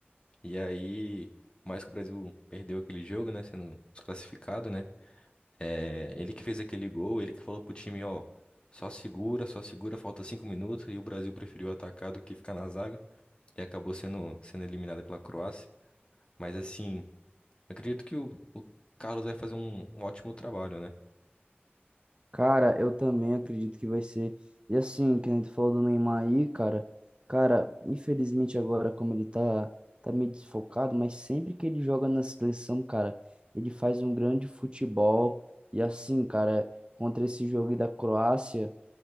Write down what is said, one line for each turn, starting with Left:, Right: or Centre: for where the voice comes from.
Left: E aí, por mais que o Brasil perdeu aquele jogo, né? Sendo desclassificado, né? É, ele que fez aquele gol, ele que falou pro time, ó, só segura, só segura, falta cinco minutos. E o Brasil preferiu atacar do que ficar na zaga. E acabou sendo, sendo eliminado pela Croácia. Mas assim, eu acredito que o, o Carlos vai fazer um, um ótimo trabalho, né?
Right: Cara, eu também acredito que vai ser. E assim, que a gente falou do Neymar aí, cara. Cara, infelizmente agora, como ele tá, tá meio desfocado, mas sempre que ele joga na seleção, cara, ele faz um grande futebol. E assim, cara, contra esse jogo aí da Croácia.